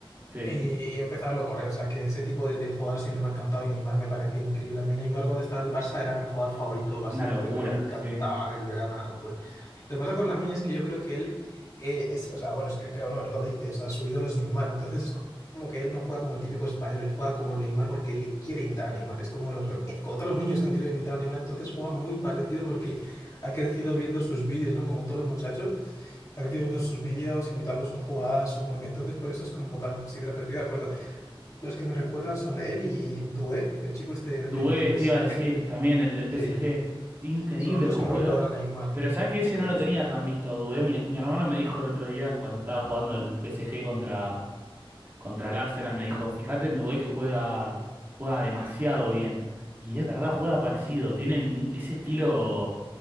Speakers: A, on the right; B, on the left.
A: Sí,
B: Y, y empecé a verlo por él. O sea, que ese tipo de, de jugadores siempre me ha encantado y Neymar me parecía increíble. A mí Neymar cuando estaba en el Barça era mi jugador favorito, básicamente.
A: una locura,
B: O sea, a mí me encantaba
A: sí.
B: verlo, era una locura. Lo que pasa con Lamine es que yo creo que él eh, es, o sea, bueno, es que creo no, él lo dice, o sea, su ídolo es Neymar. Entonces es como que él no juega como el típico español, él juega como Neymar porque él quiere imitar a Neymar. Es como los, como otros niños que han querido imitar a Neymar, entonces juega muy parecido porque ha crecido viendo sus vídeos, ¿no? Como todos los muchachos ha crecido viendo sus vídeos, imitando sus jugadas, sus movimientos. Entonces, por eso es como tan similar, pero estoy de acuerdo. Los que me recuerdan son él y Doué, el chico este del,
A: Dubé,
B: del PSG.
A: te iba a decir, también el del PSG.
B: Sí,
A: Increíble
B: son los dos
A: que juega.
B: que me recuerdan a Neymar.
A: Pero sabes que
B: Sí,
A: ese no lo tenía
B: sí.
A: tan visto a Dubé. Mi, mi hermano me dijo el otro día, cuando estaba jugando el PSG contra, contra el Arsenal, me dijo, fíjate en Dubé que juega, juega demasiado bien. Y es verdad, juega parecido. Tienen ese estilo